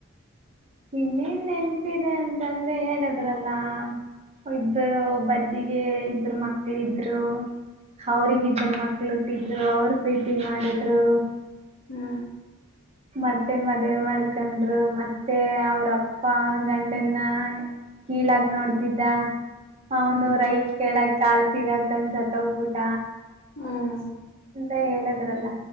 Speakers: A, on the right; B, on the left.
A: ಇನ್ನೇನ್ ನೆನಪಿದೆ ಅಂತಂದ್ರೆ ಹೇಳಿದ್ರಲ್ಲ ಇಬ್ಬರು ಒಬ್ಬ ಅಜ್ಜಿಗೆ ಇಬ್ಬರು ಮಕ್ಳ ಇದ್ರು ಅವರ್ ಇಬ್ಬರು ಮಕ್ಳ ಹಟ್ಟಿದ್ರು ಅವ್ರ ಪ್ರೀತಿ ಮಾಡಿದ್ರು
B: ಹೂ
A: ಮತ್ತೆ ಮದ್ವೆೆ ಮಾಡ್ಕೊಂಡ್ರು ಮತ್ತೆ ಅವ್ರಪ್ಪ ಗಂಡನ್ನ ಕೀಳಾಗ ನೋಡ್ತಿದ್ದ ಅವನು
B: ಹ್ಮ್
A: ರೈಲ್ ಕೇಳಕ್ ಕಾಲ್ಸಿಗಾಕನ್ಸತ್ೋಗಬಿಟ
B: ಹ್ಮ್
A: ಎಂತ ಹೇಳದ್ರಲ್ಲ